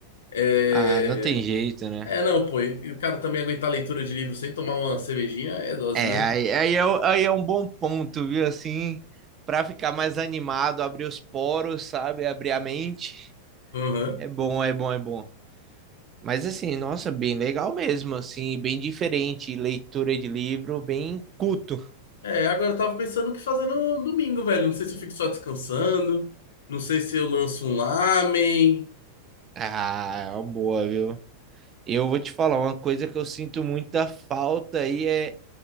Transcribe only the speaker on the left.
É.
É, não, pô, e o cara também aguentar a leitura de livro sem tomar uma cervejinha é dose,
né?
Aham.
É, agora eu tava pensando o que fazer no domingo, velho. Não sei se eu fico só descansando, não sei se eu lanço um lamen.